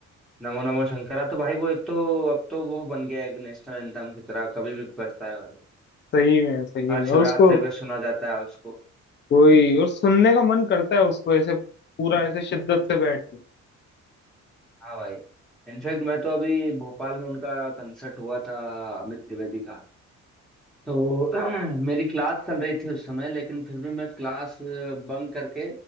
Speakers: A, in the centre; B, on the left.
A: नमो नमो शंकरा तो भाई वो एक तो अब तो वो बन गया है एक नेशनल एंथम की तरह कभी भी बजता है भाई
B: सही में सही
A: हर
B: में
A: शिवरात्रि
B: और उसको
A: पे सुना जाता है उसको
B: वही और सुनने का मन करता है उसको ऐसे पूरा ऐसे शिद्दत से बैठ के
A: हाँ भाई इनफैक्ट मैं तो अभी भोपाल में उनका कंसर्ट हुआ था अमित त्रिवेदी का तो <clears throat> मेरी क्लास चल रही थी उस समय लेकिन फिर भी मैं क्लास बंक करके